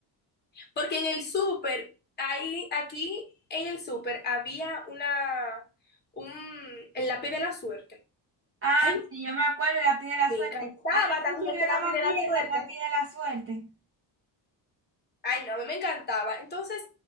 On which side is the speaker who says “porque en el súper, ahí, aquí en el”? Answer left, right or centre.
Left